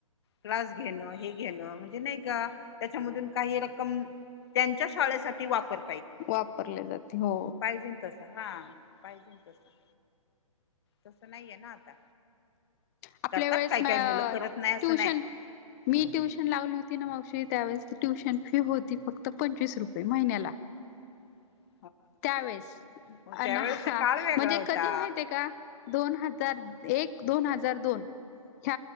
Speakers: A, on the left; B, on the left.
A: क्लास घेण हे घेण म्हणजे नाई का त्याच्यामधून काही रक्कम त्यांच्या शाळेसाठी ती वापर
B: वापरले जाते, हो
A: पाहिजेन तस हा पाहिजेन तस तस नाहीय ना आता,
B: आपल्या
A: करतात
B: वेळेस
A: काही काय मुल करत नायी
B: ट्युशन
A: अस नायी.
B: मी ट्युशन लावली होती ना मावशी त्यावेळेस त ट्युशन फी होती फक्त पंचवीस रुपये महिन्याला.
A: <inaudible>
B: त्यावेेळेस
A: मग
B: अ
A: त्यावेळेचा
B: ह
A: काळ वेगळा
B: म्हणजे
A: होता
B: कधी माहिते का? दोन हजार, एक दोन हजा दोन ह